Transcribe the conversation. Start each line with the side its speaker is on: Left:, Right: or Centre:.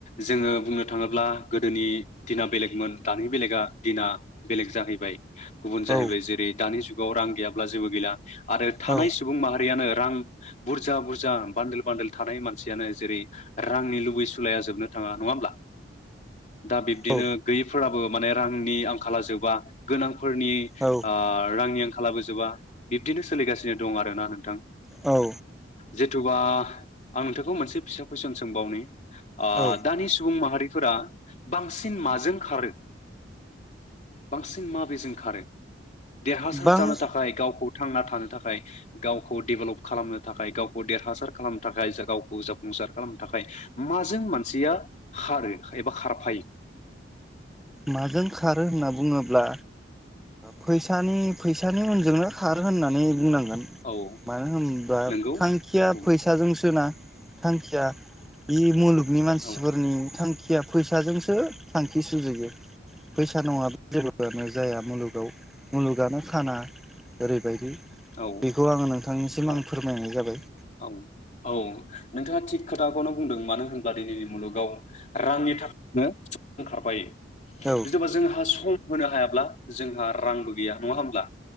Left: जोङो बुंनो थाङोब्ला गोदोनि दिना बेलेगमोन दानि बेलेगा दिना बेलेग जाहैबाय गुबुन जाहैबाय
Centre: औ
Left: जेरै दानि जुग आव रां गैयाब्ला जेबो गैला आरो थानाय
Centre: औ
Left: सुबुं माहारियानो रां बुरजा बुरजा जा बान्दोल बान्दोल थानाय मानसियानो जेरै रांनि लुबैसुलाया जोबनो थाङा नङा होमब्ला दा बिब्दिनो
Centre: औ
Left: गैयैफोराबो बो माने रांनि आंखाला जोबा गोनां फोरनि
Centre: औ
Left: ओ रांनि आं खालाबो जोबा बिब्दिनो सोलिगासिनो दं आरोना नोंथां
Centre: औ
Left: जिथुबा आं नोंथांखौ मोनसे फिसा कुइसन सोंबावनो ओ
Centre: औ
Left: दानि सुबुं माहारि फोरा बांसिन माजों खारो बांसिन माबेजों खारो देरहासार
Centre: बां
Left: जानो थाखाय गावखौ थांना थानो थाखाय गावखौ डेभेलप खालामनो थाखाय देरहासार खालामनो थाखाय गावखौ जाफुंसार खालामनो थाखाय माजों मानसिया खारो एबा खारफायो
Centre: माजों खारो होनना बुङोब्ला फैसानि फैसानि उनजोंनो खारो होननानै बुंनांगौ
Left: औ
Centre: मानो होनोबा
Left: नंगौ
Centre: थांखिया
Left: औ
Centre: फैसाजोंसोना थांखिया <unintelligible> नि मानसिफोरनि
Left: औ
Centre: थांखि फैसाजोंसो थांखि सुजुयो फैसा नङाबा जेबोआनो जाया मुलुगाव मुलुगानो खाना ओरैबायदि
Left: औ
Centre: बेखौ आं नोंनिसिम
Left: औ
Centre: आं फोरमायनाय जाबाय
Left: औ औ नोंथाङा थिग खोथाखौनो बुंदों मानो होनबा दिनैनि मुलुगाव रांनि थाखायनो खारफायो
Centre: औ
Left: जेन'बा जोंहा सम होनो हायाब्ला जोंहा रांबो गैया नङा होमब्ला